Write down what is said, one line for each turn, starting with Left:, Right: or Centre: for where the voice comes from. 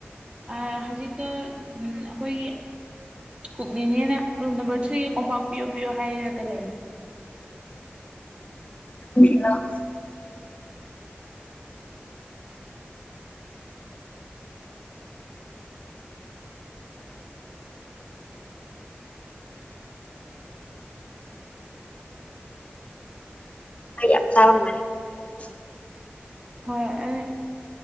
Right: ꯑꯥ ꯍꯧꯖꯤꯛꯇꫭ ꯑꯈꯣꯏꯒꯤ꯫ ꯀꯨꯛꯅꯤꯅꯦꯅ ꯔꯨꯝ ꯅꯝꯕꯔ ꯊ꯭ꯔꯤꯒꯤ ꯀꯣꯝꯄꯥꯛꯄꯤꯌꯣ ꯄꯤꯌꯣ ꯍꯥꯏꯔꯒ ꯂꯩꯌ‌ꯦ꯫ ꯫
Left: ꯍꯨꯡꯁꯤꯂꫭ꯫ ꯐ ꯌꯥꯝ ꯆꯥꯕ ꯃꯥꯜꯂ‌ꯦꯀꫭ ꯃꯤꯗꯤ꯫
Right: ꯍꯣꯏ ꯑꯩ꯫